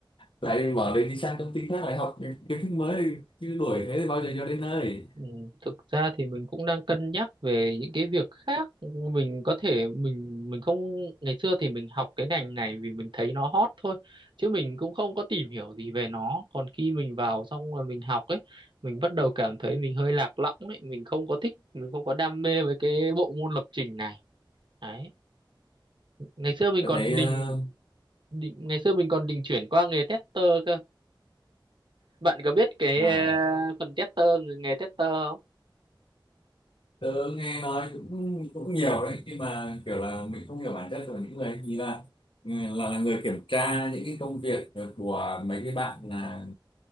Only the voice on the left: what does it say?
lại bỏ đấy đi sang công ty khác lại học những kiến thức mới chứ đuổi thế thì bao giờ cho đến nơi
tôi
thấy
ờ,
à,
tớ nghe nói cũng cũng nhiều đấy nhưng mà kiểu là mình không hiểu bản chất của những người ấy thì là ừ, là là người kiểm tra những cái công việc của mấy cái bạn là